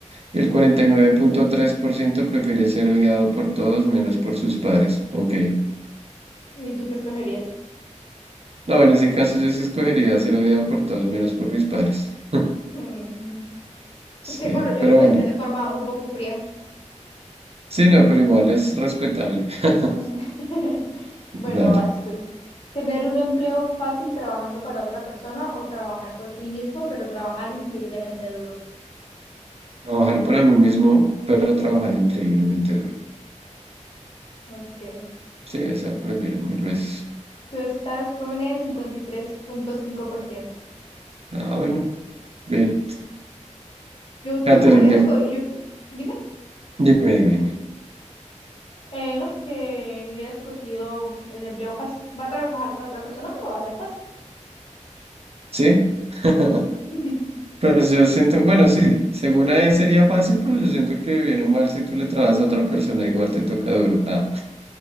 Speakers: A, on the right (about 55°); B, on the left (about 50°).
A: y el cuarenta y nueve punto tres por ciento prefiere ser odiado por todos menos por sus padres. Ok.
B: ¿Y tú qué escogerías?
A: No, en ese caso yo sí escogería ser odiado por todos menos por mis padres. <laughs>
B: Mm,
A: Sí,
B: es que, bueno, yo
A: pero
B: lo pensé
A: bueno.
B: de forma un poco fría.
A: Sí, no, pero igual es respetable. <laughs>
B: Mm. <laughs> Bueno,
A: Dale.
B: vas tú. ¿Tener un empleo fácil trabajando para otra persona o trabajar por ti mismo, pero trabajar increíblemente duro?
A: Trabajar para mí mismo, pero trabajar increíblemente duro.
B: Ok.
A: Sí, esa prefiero mil veces.
B: Tú estás con el 53.5%.
A: Ah, bueno. Bien,
B: Yo,
A: Catherine,
B: yo creo que hubiera
A: que
B: escogido, dime,
A: dime, dime, dime.
B: eh, no, que hubiera escogido el empleo fácil. Va a trabajar para otra persona, pero va a ser fácil.
A: ¿Sí? <laughs>
B: <laughs>
A: Pues yo siento, bueno, sí, según a él sería fácil, pero yo siento que bien o mal, si tú le trabajas a otra persona, igual te toca duro. Ah,